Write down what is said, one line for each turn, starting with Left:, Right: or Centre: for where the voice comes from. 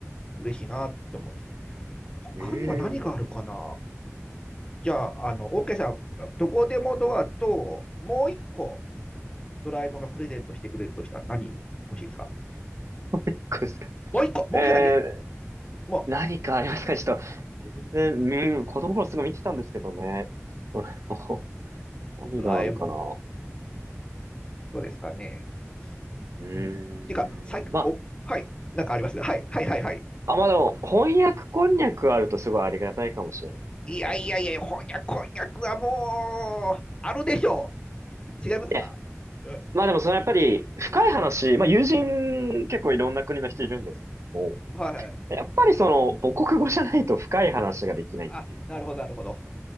Left: う嬉しいなって思うんですけど、
Right: うーん、
Left: 他には何があるかなじゃあ、あの、OK さん、どこでもドアと、もう一個、ドラえもんがプレゼントしてくれるとしたら何欲しいですか
Right: こうですか。
Left: もう一個、もう一個だけ、
Right: ええ
Left: も
Right: 何かありますかちょっと、全然、
Left: う、
Right: うん、子供の頃すごい見てたんですけどね。どれも、<laughs> 何があるかな。
Left: ドラえもん、どうですかね。
Right: うーん、
Left: うん。ていうか、最、
Right: まあ、
Left: お、はい、なんかありますねはい、はい、はい、はい。
Right: あ、まあでも、翻訳こんにゃくあるとすごいありがたいかもしれないね。
Left: いやいやいや、翻訳、翻訳はもう、あるでしょう。違いますかうん
Right: いや、まあでもそのやっぱり深い話、
Left: うん。
Right: まあ友人結構いろんな国の人いるんですけども、
Left: はいはい。
Right: やっぱりその母国語じゃないと深い話ができないっていうか、
Left: あ、なるほど、なるほど。